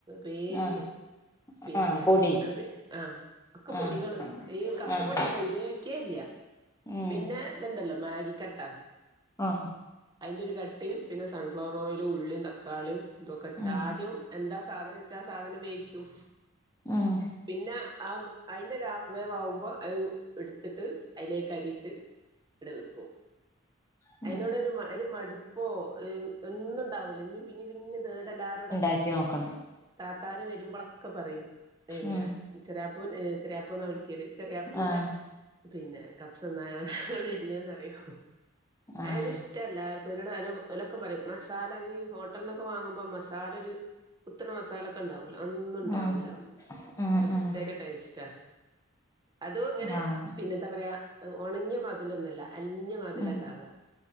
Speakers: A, on the right (about 20°); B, on the left (about 15°).
A: പേര്ന്
B: ആഹ്
A: പിന്നെ
B: ആഹ് പൊടി
A: അ ആ ഒക്കെ പൊടികള്
B: ആഹ്
A: ഈ കബ്സ
B: ആഹ്
A: പൊടിണ്ട് ഉപയോ ക്കേല്ല.
B: ഉം
A: പിന്നെ ഇത്ണ്ടല്ലോ മാഗി കട്ട
B: ആഹ്
A: അയ്ന്റെരു കട്ടിം പിന്നെ സൺഫ്ലവർ ഓയിലും ഉളളിം തക്കാളിയും ഇതൊക്കെ ഇട്ടിട്ട്
B: ഉം
A: ആദ്യം എന്താ സാധനം വെച്ചാ ആ സാധനം വേക്കും
B: ഉം
A: പിന്നെ ആ അയ്ന്റെ ഒരു ആഫ് വേവ് ആവുമ്പോ അത് ഇട്ത്തിട്ട് അയ്ലേക്ക് അരിയിട്ട് ങ്ങട് വെക്കും.
B: !!!!!!!!!!
A: അയ്നോട് ഒരു ഒരു മടുപ്പോ ഒന്നുംണ്ടാവൂല. ഇനിം പിന്നെ പിന്നെ തേടല്ലാരോടെ
B: ക്കി നോക്കണം
A: താത്താര് വര്മ്പളൊക്കെ പറിം. പിന്നെ
B: ഉം
A: ചെറിയാപ്പൂന് ചെറിയാപ്പൂ ന്നാ വിളിക്കല് ചെറിയാപ്പൂന്റെ
B: ആഹ്
A: പിന്നെ കബ്സ തിന്നാനാണ് ഞങ്ങള് വര്ന്നന്ന് പറിം
B: ആഹ്
A: അത് ഒരു ഇഷ്ടല്ലാർക്കും ഓലൊക്കെ പറയും മസാല അത് ഈ ഹോട്ടൽന്നൊക്കെ വാങ്ങുമ്പോ മസാല ഒരു കുത്തണ മസാല ക്കൊണ്ടാവൂലോ. ഒന്നും ഉണ്ടാവൂല
B: ഉം ഉം
A: ഒരു പ്രത്യേക
B: ഉം
A: ടേസ്റ്റാ. അതും ഇങ്ങനെ
B: ആഹ്
A: പിന്നെന്താ പറയാ ഒണങ്ങിയ മതില ഒന്നുല്ല അൽഞ്ഞ മതില
B: ഉം
A: ണ്ടാവ